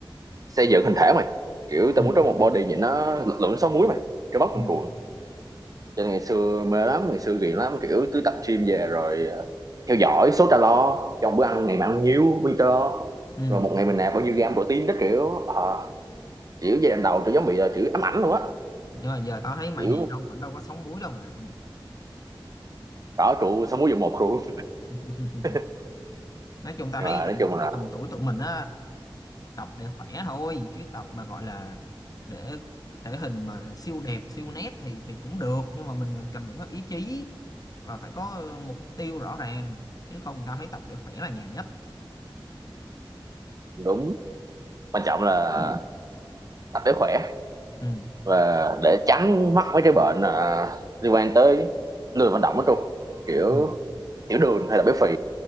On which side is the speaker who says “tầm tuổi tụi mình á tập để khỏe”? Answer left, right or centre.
Left